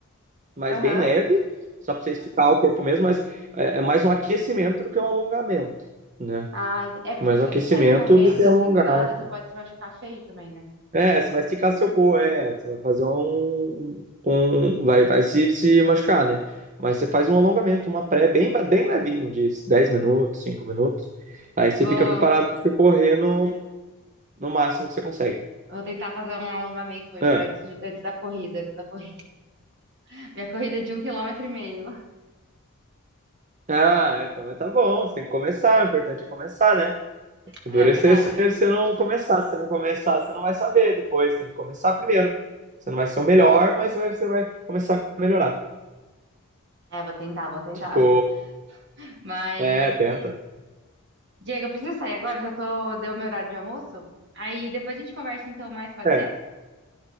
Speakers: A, on the right; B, on the right.
A: mas
B: Aham.
A: bem leve, só para você esticar o corpo mesmo, mas é é mais um aquecimento do que um alongamento, né?
B: Ah, é porque
A: Mais
B: se
A: um
B: você
A: aquecimento
B: sair correndo
A: do que alongar.
B: assim do nada, você pode se machucar feio também, né?
A: É, você vai esticar seu corpo, é, você vai fazer um, um vai, vai se, se machucar, né? Mas você faz um alongamento, uma pré bem, bem levinho, de 10 minutos, 5 minutos. Aí você
B: Vou,
A: fica preparado para você correr no, no máximo que você consegue.
B: vou tentar fazer um alongamento hoje
A: Ah,
B: para antes, de- antes da corrida, antes da corrida. <laughs> Minha corrida é de um quilômetro e meio.
A: ah, então tá bom, você tem que começar, o importante é começar, né? Endurecer
B: É verdade.
A: se você não começar. Se você não começar, você não vai saber depois. Tem que começar primeiro. Você não vai ser o melhor, mas vai- você vai começar a melhorar.
B: É, vou tentar, vou tentar.
A: Tipo,
B: Mas,
A: é, tenta.
B: Diego, eu preciso sair agora, já tô, deu meu horário de almoço. Aí depois a gente conversa então mais, pode
A: É,
B: ser?